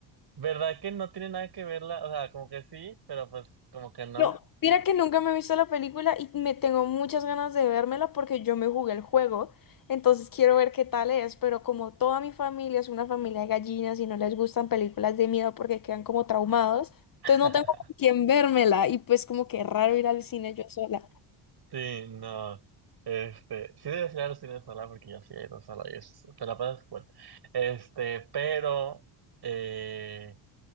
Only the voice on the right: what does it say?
¿verdad que no tiene nada que verla? O sea, como que sí, pero pues como que no.
<laughs>
Sí, no. Este, sí debes ir a los cines sola porque yo sí he ido sola y es, te la pasas cool. Este, pero eh,